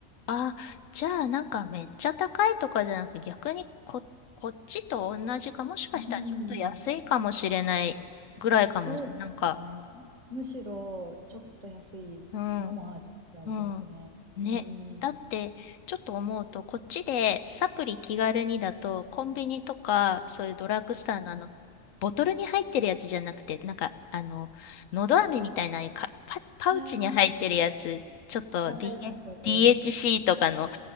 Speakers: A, on the left; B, on the right.
A: あ、じゃあ、なんかめっちゃ高いとかじゃなくて、逆にこ、こっちと同じか、もしかしたらちょっと安いかもしれないぐらいかもしれない。
B: うん、そうですね。
A: なんか、
B: むしろ、ちょっと安いのもあるぐらいですね。
A: うん。うん。ね。
B: うん。
A: だって、ちょっと思うと、こっちでサプリ気軽にだと、コンビニとか、そういうドラッグストアのあの、ボトルに入ってるやつじゃなくて、なんか、あの、のど飴みたいなああいうかパ、パウチに入ってるやつ、
B: あー
A: ちょっと
B: わかります、
A: DH、
B: わかります。
A: DHC とかの、<laughs> あ